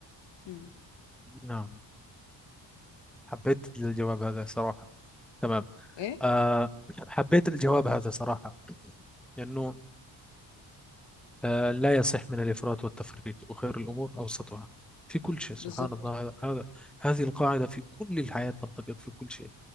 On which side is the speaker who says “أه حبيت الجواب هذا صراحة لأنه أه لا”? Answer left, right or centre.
Centre